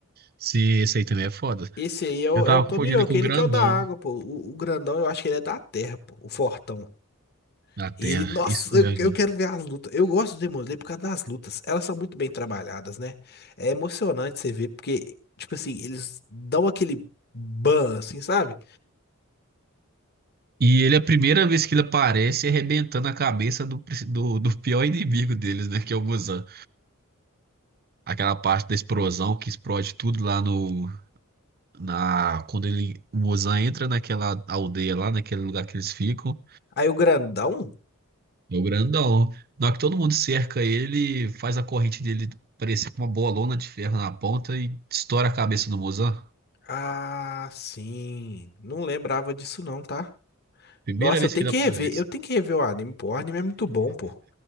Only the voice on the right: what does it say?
Se esse aí também é foda.
Eu tava
confundindo ele com o
grandão
da Terra.
Isso mesmo.
E ele, a primeira vez que ele aparece, é arrebentando a cabeça do, do, do pior inimigo deles, né? Que é o Muzan. aquela parte da explosão que explode tudo lá no na quando ele o Mozan entra naquela aldeia lá naquele lugar que eles ficam
é o grandão na hora que todo mundo cerca ele faz a corrente dele parecer com uma bolona de ferro na ponta e estoura a cabeça do Mozan
primeira
vez
que ele
aparece